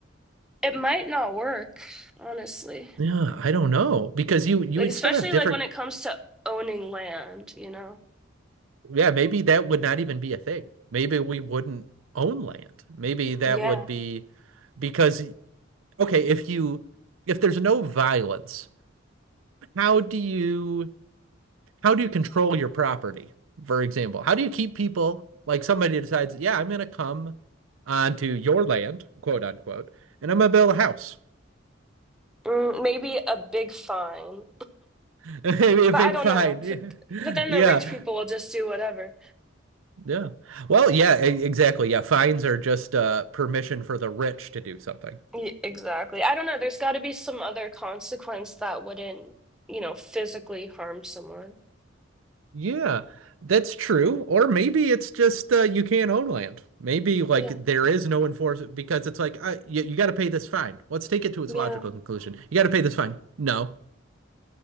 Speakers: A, in the centre; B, on the right.
A: It might not work, honestly.
B: Yeah, I don't know because you you
A: Like
B: would
A: especially
B: still have different
A: like when it comes to owning land, you know?
B: yeah, maybe that would not even be a thing. Maybe we wouldn't own land. Maybe that
A: Yeah.
B: would be because okay, if you if there's no violence, how do you how do you control your property? For example, how do you keep people like somebody decides, yeah, I'm going to come onto your land, quote unquote, and I'm going to build a house.
A: Mm, maybe a big fine.
B: <laughs> Maybe a
A: But
B: big
A: I don't
B: fine.
A: know. But,
B: <laughs>
A: but then
B: Yeah.
A: the rich people will just do whatever.
B: Yeah. Well, yeah, e- exactly. Yeah, fines are just uh, permission for the rich to do something.
A: Y exactly. I don't know. There's got to be some other consequence that wouldn't, you know, physically harm someone.
B: Yeah, that's true. Or maybe it's just uh, you can't own land. Maybe like
A: Yeah.
B: there is no enforcement because it's like uh, you, you got to pay this fine. Let's take it to its
A: Yeah.
B: logical conclusion. You got to pay this fine. No,